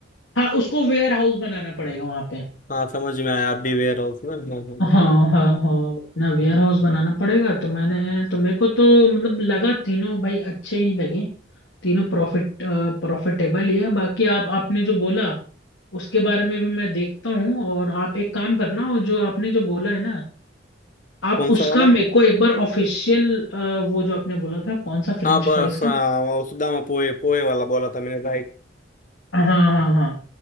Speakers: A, on the left; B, on the left.
A: हाँ उसको वेयर हाउस बनाना पड़ेगा वहां पे
B: हाँ समझ में आया आप भी वेयर हाउस में हम्म, हम्म, हम्म।
A: हाँ हाँ हाँ अपना वेयर हाउस बनाना पड़ेगा तो मैंने तो मेरे को तो मतलब लगा तीनों भाई अच्छे ही लगे तीनों प्रॉफिट प्रॉफिटेबल ही है बाकी आप आपने जो बोला उसके बारे में भी मैं देखता हूँ और आप एक काम करना और जो आपने जो बोला है ना आप
B: कौन
A: उसका
B: सा वाला
A: मेरे को एक बार ऑफिशियल वो जो आपने बोला था कौन सा फ्रेंच
B: हाँ बस
A: फ्राइज का
B: हाँ, वो सुदामा पोहे पोहे वाला बोला था मैंने राइट
A: हाँ हाँ हाँ हाँ।